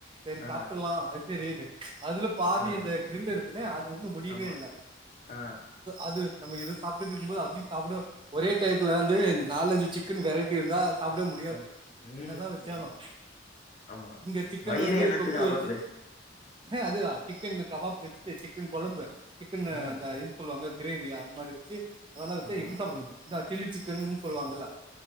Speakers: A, on the right; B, on the left.
A: சரி
B: ஆ
A: சாப்பிட்ரலாம் அது சரி அதுல பாதி
B: ஆ
A: இந்த கிரில் இருக்குல்லே அது ஒன்னும் முடியவே
B: ஆமா
A: இல்ல
B: ஆ
A: அது நம்ம எத சாப்பிட்டு இருக்கும்போது அதயும் சாப்பிட ஒரே டையத்ல வந்து நாலஞ்சு சிக்கன் வெரைட்டி இருந்தா சாப்பிட முடியாது
B: ஆமா ம்
A: என்னதான் வெச்சாலும்
B: ம் ம். ஆமா
A: இங்க சிக்கன்
B: வயிறு
A: வந்து
B: என்னத்துக்கா
A: தொக்கு வெச்சு
B: வருது
A: அதுதான் சிக்கன் கபாப் வெச்சு சிக்கன் கொழம்பு சிக்கன்
B: ம்
A: அந்த இது உங்க கிரேவியா அந்த மாதிரி அதெல்லாம் வெச்சா
B: ஆமா
A: எப்படி சாப்பிடறது சில்லி சிக்கன்னு சொல்லுவாங்கல்ல